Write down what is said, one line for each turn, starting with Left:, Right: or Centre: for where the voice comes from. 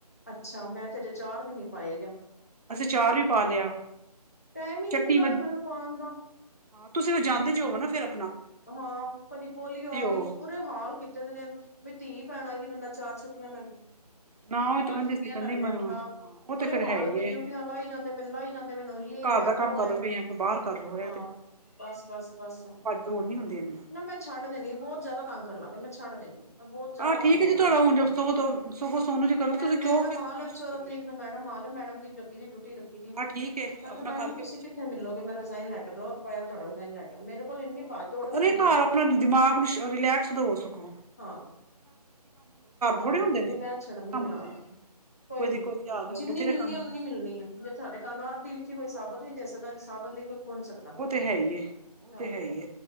Left: ਅੱਛਾ ਮੈਂ ਤੇ ਅਜੇ ਆਚਾਰ ਵੀ ਨੀ ਪਾਆਗਾ।
Right: ਅਸੀਂ ਅਚਾਰ ਵੀ ਪਾ ਲਿਆ।
Left: ਟਾਈਮ ਹੀ ਨਹੀਂ
Right: ਚਟਨੀ
Left: ਮਿਲਦਾ
Right: ਮੈਂ
Left: ਮੈਨੂੰ ਪਾਉਣ ਦਾ।
Right: ਹਾਂ ਤੁਸੀਂ ਜਾਂਦੇ ਜਾ ਹੋ ਨਾ ਫੇਰ।
Left: ਹਾਂ ਕਦੀ ਪੋਲੀਓ ਆ ਗਈ।
Right: ਹੋ
Left: ਬੁਰੇ ਹਾਲ ਕੀਤੇ ਉਹ ਨੇ ਵੀ ਧੀ ਪੈਣ ਆਈ ਦੀ ਬੰਦਾ ਚਾਰ ਛੁੱਟੀਆਂ ਲੈਂ
Right: ਨਾ ਉਹ
Left: ਚਾਰ
Right: ਤੇ ਕਹਿੰਦੀ
Left: ਛੁੱਟੀਆਂ
Right: ਸੀ ਕਹਿੰਦੀ
Left: ਲੈ ਲਏ
Right: ਮੈਂ
Left: ਬੰਦਾ,
Right: ਹਾਂ ਉਹ
Left: ਬੁਰੇ
Right: ਤੇ ਫੇਰ ਹੈ
Left: ਹਾਲ
Right: ਹੀ
Left: ਵਿੱਚ
Right: ਏ
Left: ਡਿਊਟੀਆਂ ਲਾਈ ਜਾਂਦੇ ਪ ਲਾਈ। ਜਾਂਦੇ ਮੈਨੂੰ ਯ
Right: ਘਰ
Left: ਹੈ
Right: ਦਾ
Left: ਵ
Right: ਕੰਮ ਕਰਲੋ
Left: ਹੈ
Right: ਫਿਰ ਜਾਂ ਫਿਰ ਬਾਹਰ ਕਰਲੋ
Left: ਹਾਂ ਬਸ -ਬਸ- ਬਸ।
Right: ਲੋੜ ਨਹੀਂ ਹੁੰਦੀ ਇੰਨੀ
Left: ਨਾ ਮੈਂ ਛੱਡ ਦੇਣੀ, ਬਹੁਤ ਜ਼ਿਆਦਾ ਤੰਗ ਕਰਨ ਲਾਂਗੇ, ਮੈਂ ਛੱਡ ਦੇਣੀਆਂ। ਬਹੁਤ ਜਿਆਦਾ
Right: ਆਹ ਠੀਕ
Left: ਤੰਗ
Right: ਹੈ
Left: ਹੋਣ
Right: ਜੀ ਤੁਹਾਡਾ
Left: ਲੱਗਿਆ
Right: ਹੁਣ ਜ ਸਗੋਂ ਸਗੋਂ ਸੋਨੂੰ ਜੀ ਕਰੋ ਤੁਸੀਂ
Left: ਮੈਂਡਮ
Right: ਕਿਉਂ ਫਿਰ
Left: ਆਲ
Right: ਟੈਂਸ਼ਨ
Left: ਵਿੱਚ ਉਹਦਾ
Right: ਕੀਤੀ
Left: ਤਰੀਕ
Right: ਹੈ।
Left: ਨੂੰ ਮੈਡਮ ਆ ਲਓ ਮੈਡਮ ਦੀ ਜੱਗੀ ਦੀ ਡਿਊਟੀ ਲੱਗੀ ਸੀ
Right: ਆਹ ਠੀਕ ਹੈ
Left: ਮੈਂ
Right: ਆਪਣਾ
Left: ਕਿਹਾ ਮੈਡਮ
Right: ਕਰਕੇ
Left: ਤੁਸੀਂ
Right: ਬੱਚੇ
Left: ਕਿੱਥੇ
Right: ਕਰੋ
Left: ਮਿਲੋਗੇ?
Right: ਤੁਸੀਂ
Left: ਮੈਂ ਰਿਜ਼ਾਇਨ ਲੈਟਰ ਲਓ ਆਪ ਤੁਹਾਡਾ ਰਜ਼ਾਇਨ ਲੈਟਰ ਮੇਰੇ ਕੋਲ ਇੰਨੀ ਭੱਜ ਦੌੜ ਨੀ
Right: ਹਰੇ
Left: ਹੁੰਦੀ
Right: ਘਰ
Left: ਹੈਗੀ
Right: ਆਪਣਾ ਦਿਮਾਗ ਨੂੰ ਰਿਲੈਕਸ ਹੋ ਸਕੋ।
Left: ਹਾਂ, ਹਾਂ
Right: ਥੋੜੇ ਹੁੰਦੇ ਨੇ
Left: ਮੈਂ
Right: ਕਿੰਨੇ
Left: ਛੱਡਨੀ
Right: ਕੰਮ ਹੁੰਦੇ
Left: ਆ।
Right: ਨੇ
Left: ਕੋਈ ਨੀ,
Right: ਦੀ ਆ ਗਿਆ
Left: ਜਿੰਨੀ
Right: ਬਥੇਰੇ
Left: ਮਿਲਣੀ
Right: ਕੰਮ
Left: ਉਨੀ ਮਿਲਣੀ ਹੈ। ਜੇ ਤਹਾਡੇ ਕੰਨ ਨੂੰ ਅੱਧ ਦੀ ਲਿਖੀ ਕੋਈ ਸਾਬਤ ਨਹੀਂ ਦੇ ਸਕਦਾ ਸਾਬਤ ਲਿਖੀ ਖੋ ਨੀ ਸਕਦਾ
Right: ਉਹ ਤੇ ਹੈ ਹੀ ਹੈ, ਉਹ
Left: ਹਾਂ
Right: ਤੇ ਹੈ ਹੀ